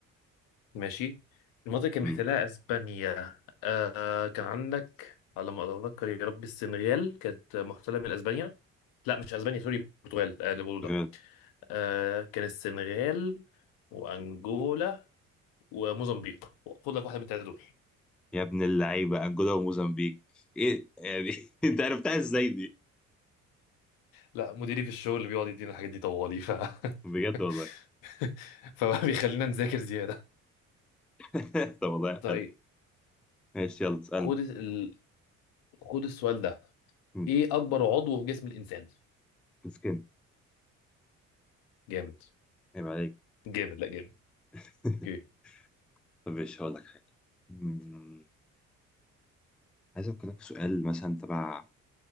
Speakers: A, on the left; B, in the centre.
A: ماشي المنطقه كانت
B: مم.
A: محتلها اسبانيا آه كان عندك على ما اتذكر يا ربي السنغال كانت محتله من اسبانيا لا مش اسبانيا سوري البرتغال آه اللي بقوله
B: تخيل.
A: ده آه كان السنغال وانجولا وموزمبيق خد لك واحده من الثلاثه دول
B: يا ابن اللعيبة انجولا وموزمبيق ايه يعني <laughs> انت عرفتها ازاي دي
A: لا مديري في الشغل بيقعد يدينا الحاجات دي طوالي ف
B: بجد
A: <laughs>
B: والله
A: <laughs> فبقى بيخلينا نذاكر زيادة
B: <laughs> طب والله
A: طيب
B: حلو ماشي يلا اسألني
A: خد ال... خد السؤال ده
B: مم.
A: ايه اكبر عضو في جسم الانسان
B: مسكين
A: جامد
B: عيب عليك
A: جامد لا جامد
B: <laughs>
A: اوكي
B: طب ماشي هقول لك حاجة مم. عايز أفكر لك في سؤال مثلا تبع